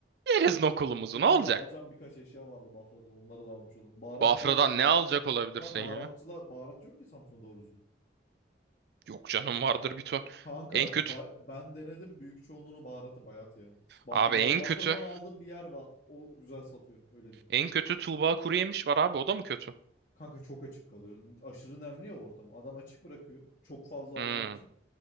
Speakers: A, on the right; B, on the left.
A: yeriz nokulumuzu
B: Ba- Benim
A: ne olacak?
B: bir de alacağım birkaç eşya vardı Bafra'dan. Onları da almış olurum. Baharatçılar
A: Bafra'dan ne alacak olabilirsin
B: ha baharatçılar
A: ya?
B: baharat yok ki Samsun'da doğru düzgün.
A: Yok canım vardır bir ton.
B: Kanka
A: En kötü.
B: bay- ben denedim büyük çoğunluğunu baharatı bayat ya. Bafra'da
A: Abi en
B: Bafra'dan
A: kötü.
B: aldığım bir yer var. O güzel satıyor öyle diyeyim.
A: En kötü Tuğba Kuruyemiş var abi. O da mı kötü?
B: Kanka çok açık kalıyor. Aşırı nemli ya ortam. Adam açık bırakıyor. Çok fazla aldığı
A: Hmm.
B: için.